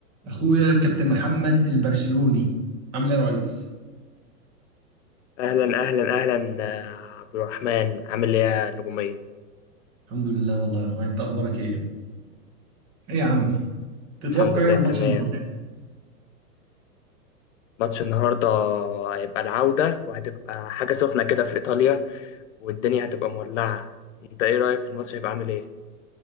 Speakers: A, on the right; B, on the left.
A: اخويا كابتن محمد البرشلوني عامل ايه يا ريس
B: أهلا أهلا أهلا آه، عبد الرحمن عامل إيه يا نجومية؟
A: الحمد لله والله يا اخويا انت اخبارك ايه ايه يا عم تتوقع
B: الحمد لله
A: ايه عن
B: تمام
A: ماتش النهارده
B: ماتش النهاردة هيبقى العودة وهتبقى حاجة سخنة كده في إيطاليا والدنيا هتبقى مولعة أنت إيه رأيك في الماتش هيبقى عامل إيه؟